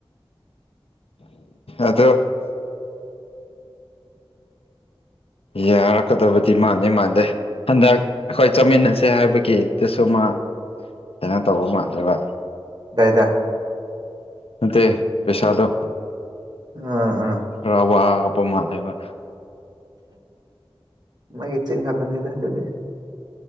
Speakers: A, on the left; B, on the right.
A: ꯑꯗꯣ ꯌꯥꯔꯛꯀꯗꯕꯗꯤ ꯃꯥꯟꯗꯤ ꯃꯥꯟꯗꯦ ꯍꯟꯗꯛ ꯑꯩꯈꯣꯏ ꯆꯠꯃꯤꯟꯅꯁꯦ ꯍꯥꯏꯕꯒꯤꯗꯨꯁꯨ ꯃꯥ ꯀꯩꯅꯣ ꯇꯧꯕ ꯃꯥꯜꯂꯦꯕ
B: ꯀꯗꯥꯏꯗ
A: ꯅꯠꯇꯦ ꯄꯩꯁꯥꯗꯣ
B: ꯑ ꯑ
A: ꯈꯔ ꯋꯥꯕ ꯃꯥꯜꯂꯦꯕ
B: ꯃꯥꯒꯤ ꯆꯤꯟ ꯈꯇꯅꯤꯗ ꯑꯗꯨꯗꯤ